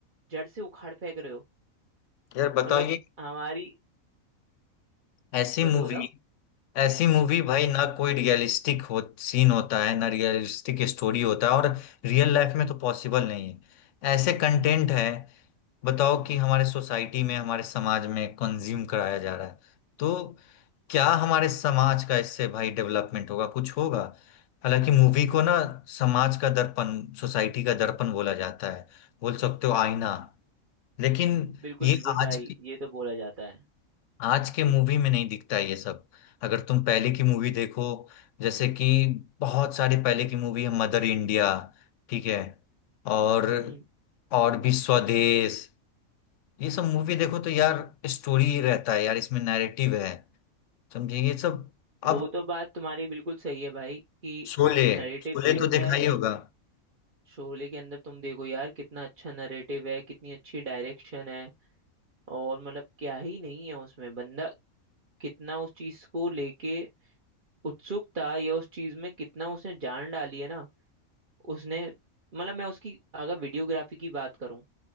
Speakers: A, on the right; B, on the left.
A: जड़ से उखाड़ फेंक रहे हो
B: यार बताओ
A: मतलब
B: ये
A: हमारी
B: ऐसी
A: बताओ
B: मूवी
A: बताओ
B: ऐसी मूवी भाई
A: हम्म
B: ना कोई रियलिस्टिक हो सीन होता है ना रियलिस्टिक स्टोरी होता है और रियल लाइफ में तो पॉसिबल नहीं है ऐसे कंटेंट है बताओ कि हमारे सोसाइटी में हमारे समाज में कंज्यूम कराया जा रहा है तो क्या हमारे समाज का इससे भाई डेवलपमेंट होगा कुछ होगा हालांकि मूवी को ना समाज का दर्पण सोसाइटी का दर्पण बोला जाता है बोल सकते हो आईना लेकिन
A: बिल्कुल
B: ये
A: बिल्कुल
B: आज
A: भाई
B: की
A: ये तो बोला जाता है
B: आज के मूवी में नहीं दिखता ये सब अगर तुम पहले की मूवी देखो जैसे कि बहुत सारी पहले की मूवी है मदर इंडिया ठीक है और
A: हम्म
B: और भी स्वदेश ये सब मूवी देखो तो यार स्टोरी रहता है यार इसमें नैरेटिव है समझे ये सब
A: वो
B: अब
A: तो बात तुम्हारी बिल्कुल सही है भाई कि
B: शोले
A: नरेटिव
B: शोले
A: भी होता
B: तो देखा
A: है
B: ही होगा
A: शोले के अंदर तुम देखो यार कितना अच्छा नरेटिव है कितनी अच्छी डायरेक्शन है और मतलब क्या ही नहीं है उसमें बंदा कितना उस चीज को लेके उत्सुक था या उस चीज में कितना उसने जान डाली है ना उसने मतलब मैं उसकी अगर वीडियोग्राफी की बात करूं